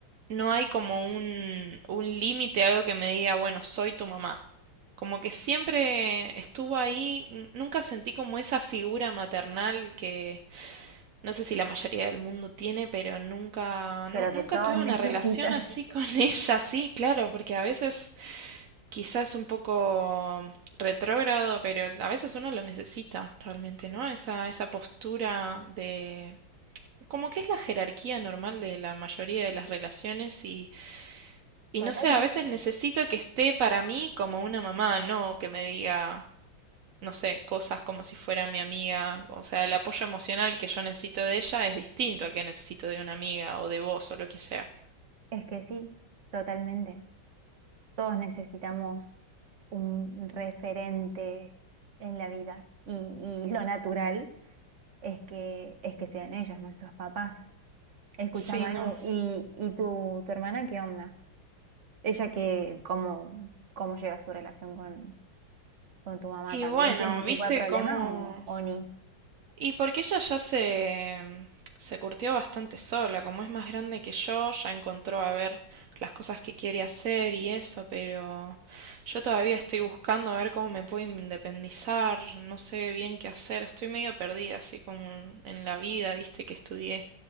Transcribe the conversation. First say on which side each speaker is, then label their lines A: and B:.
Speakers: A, on the right; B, on the right.
A: no hay como un, un límite, algo que me diga, bueno, soy tu mamá. Como que siempre estuvo ahí, n- nunca sentí como esa figura maternal que no sé si la mayoría del mundo tiene, pero nunca,
B: Pero
A: nu- nunca
B: que todos
A: tuve
B: <laughs> necesitan.
A: una relación así con <laughs> ella, sí, claro, porque a veces quizás es un poco retrógrado, pero a veces uno lo necesita realmente, ¿no? Esa, esa postura de... como que es la jerarquía normal de la mayoría de las relaciones y... Y
B: Totalmente.
A: no sé, a veces necesito que esté para mí como una mamá, no que me diga, no sé, cosas como si fuera mi amiga. O sea, el apoyo emocional que yo necesito de ella es distinto al que necesito de una amiga o de vos o lo que sea.
B: Es que sí, totalmente. Todos necesitamos un referente en la vida y, y lo natural. es que, es que sean ellos nuestros papás. Escucha,
A: Sí,
B: Manu,
A: no.
B: ¿y, y tu, tu hermana qué onda? ¿Ella que cómo, cómo lleva su relación con, con tu mamá?
A: Y
B: ¿También
A: bueno,
B: tiene ese
A: viste
B: tipo de problema
A: cómo...
B: o, o ni?
A: Y porque ella ya se... se curtió bastante sola, como es más grande que yo, ya encontró a ver las cosas que quiere hacer y eso, pero yo todavía estoy buscando a ver cómo me puedo independizar, no sé bien qué hacer, estoy medio perdida así como en la vida, viste, que estudié.